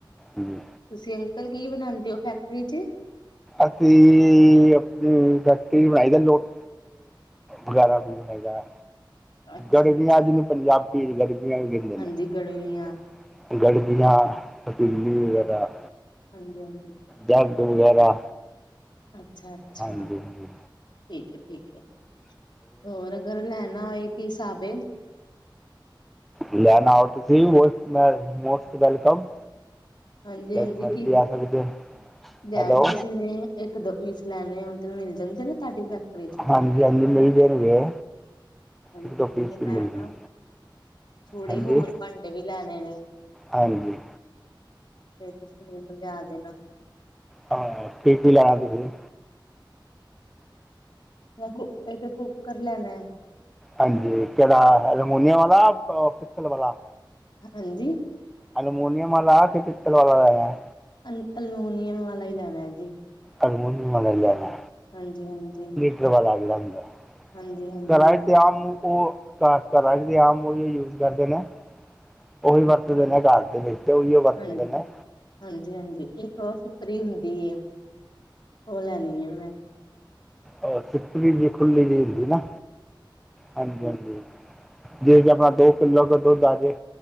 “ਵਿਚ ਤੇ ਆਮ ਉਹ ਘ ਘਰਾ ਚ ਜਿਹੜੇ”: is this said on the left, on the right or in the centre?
Centre